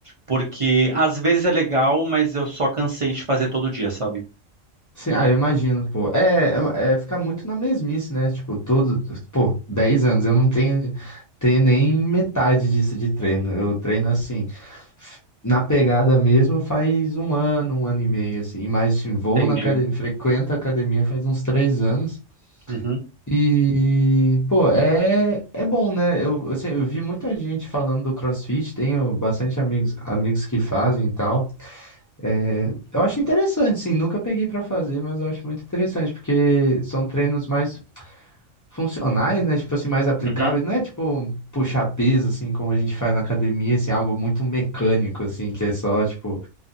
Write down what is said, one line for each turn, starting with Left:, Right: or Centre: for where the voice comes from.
Right: porque às vezes é legal, mas eu só cansei de fazer todo dia, sabe?
Left: Sim, ah, eu imagino, pô. É, é, é ficar muito na mesmice, né? Tipo, todo, pô, 10 anos, eu não tenho, tenho nem metade disso de treino. Eu treino assim, f- na pegada mesmo faz um ano, um ano e meio, assim. Mas assim, vou
Right: Entendi.
Left: na academia, frequento a academia faz uns três anos.
Right: Uhum,
Left: E, pô, é, é bom, né? Eu, assim, eu vi muita gente falando do CrossFit, tenho bastante amigos, amigos que fazem e tal. É, eu acho interessante, sim. Nunca peguei pra fazer, mas eu acho muito interessante, porque são treinos mais funcionais, né? Tipo assim, mais aplicáveis.
Right: uhum,
Left: Não é tipo puxar peso, assim, como a gente faz na academia, assim, algo muito mecânico, assim, que é só tipo,